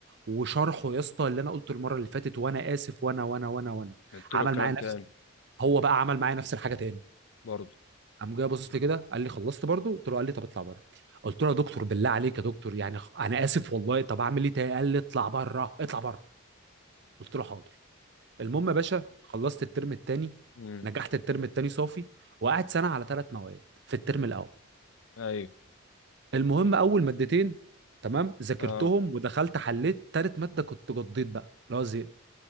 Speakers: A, on the right; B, on the left.
A: وشرحه يا اسطى اللي انا قلته المره اللي فاتت وانا اسف وانا وانا وانا وانا
B: قلت
A: عمل
B: له الكلام
A: معايا
B: تاني
A: نفس هو بقى عمل معايا نفس الحاجه تاني
B: برضه
A: قام جاي باصص لي كده قال لي خلصت برضو قلت له قال لي طب اطلع بره قلت له يا دكتور بالله عليك يا دكتور يعني خ- انا اسف والله طب اعمل ايه تاني قال لي اطلع بره اطلع بره قلت له حاضر المهم يا باشا خلصت الترم التاني
B: امم
A: نجحت الترم التاني صافي وقعد سنه على ثلاث مواد في الترم الاول
B: ايوه
A: المهم
B: ال-
A: اول مادتين تمام ذاكرتهم
B: اه
A: ودخلت حليت تالت ماده كنت قضيت بقى اللي هو زهقت